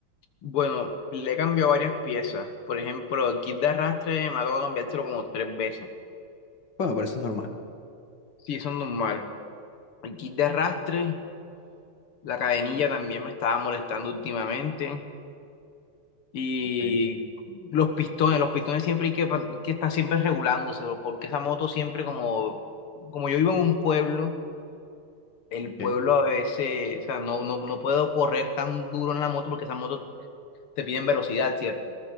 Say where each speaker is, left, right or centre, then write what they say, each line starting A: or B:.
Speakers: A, on the left; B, on the left.
A: Bueno, le he cambiado varias piezas. Por ejemplo, el kit de arrastre me ha tocado cambiárselo como tres veces.
B: Bueno, pero eso es normal.
A: Sí, eso es normal. El kit de arrastre, la cadenilla también me estaba molestando últimamente. Y
B: Ok,
A: los pistones, los pistones siempre hay que, pa- que estar siempre regulándose, bro, porque esa moto siempre como, como yo vivo en un pueblo, el
B: ok.
A: pueblo a veces, o sea, no, no, no puedo correr tan duro en la moto porque esas motos te piden velocidad, ¿cierto?